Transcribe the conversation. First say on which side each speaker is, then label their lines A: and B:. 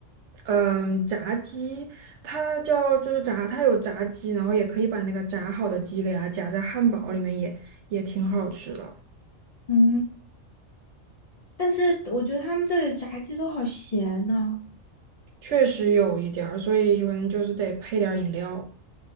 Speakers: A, on the right; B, on the left.
A: 嗯，炸鸡，它叫就是炸，它有炸鸡，然后也可以把那个炸好的鸡给它夹在汉堡里面也，也挺好吃的，
B: 嗯，但是我觉得他们这里炸鸡都好咸呐、
A: 确实有一点儿，所以可能就是得配点儿饮料。